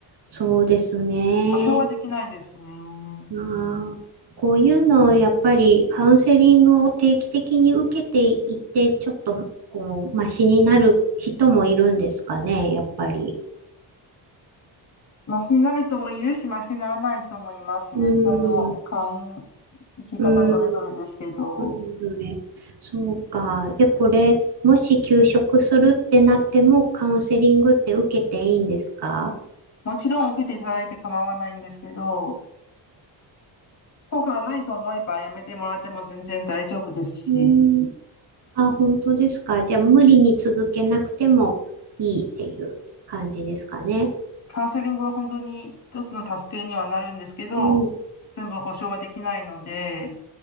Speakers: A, on the right; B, on the left.
A: そうですね。
B: 保証はできないですね。
A: ああ、こういうのをやっぱりカウンセリングを定期的に受けていって、ちょっとこう、マシになる人もいるんですかね、やっぱり。
B: マシになる人もいるし、マシにならない人もいますね。
A: うーん、
B: 人の感じ方それぞれですけど。
A: うーん、それぞれ。そうか。で、これ、もし休職するってなっても、カウンセリングって受けていいんですか
B: もちろん受けていただいて構わないんですけど、効果がないと思えばやめてもらっても全然大丈夫ですし、
A: うーん、あ、本当ですか。じゃあ、無理に続けなくてもいいっていう感じですかね。
B: カウンセリングは本当に一つの助けにはなるんですけど、
A: うん
B: 全部保証はできないので、